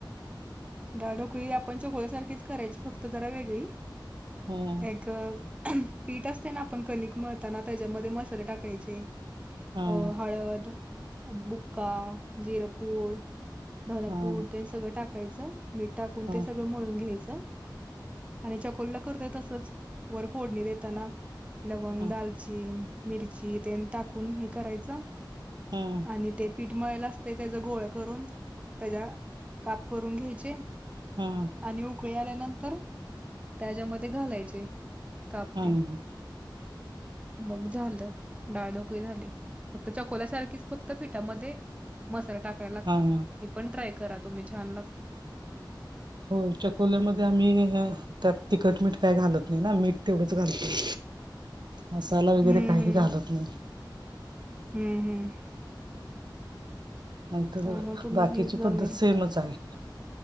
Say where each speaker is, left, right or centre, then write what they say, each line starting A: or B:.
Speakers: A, on the right; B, on the right.
A: दडहा डोकळी आपण चकोळ्यासारखीच करायची फक्त जरा वेगळी नाही
B: हम्म
A: तर. पेट असताना भेट मारताना त्याच्यात मसाले वगैरे टाकायचे.
B: हम्म
A: आ हळद, बुक्का, जिरपुर. धनपूड
B: हम्म
A: ते सगळं टाकायचं मीठ टाकून
B: हम्म
A: ते सगळं मळून घ्यायचं. आणि चकोलला करतेय तसच वर फोडणी देताना. लवंग
B: हम्म
A: दालचीन मिरची ते टाकून हे करायच.
B: हम.
A: आणि ते पीठ मळला असते त्याचा गोळ करून त्याच्या काप करून घ्यायचे.
B: हा.
A: आणि उकळे आल्यानंतर त्याच्यामध्ये घालायचे. कापते
B: हम्म
A: मग झालं डाळधोकळी झाली. फक्त चकोल्यासारखीच फक्त पिठामध्ये मसाले टाकायला लागतात.
B: हम्म हा
A: हे पण ट्राय करा तुम्ही छान लागते.
B: हो चकोल्यामध्ये आम्ही.... त्यात तिखट मीठ काही घालत नाही ना मीठ तेवढंच घालत नाही. मसाला वगैरे
A: हम्म
B: काही
A: हम्म
B: घालत नाही....
A: हम्म हम्म.....
B: नाहीतर
A: त्यामुळे तुम्हाला
B: बाकीची
A: हे जमेल
B: पद्धत सेमच आहे...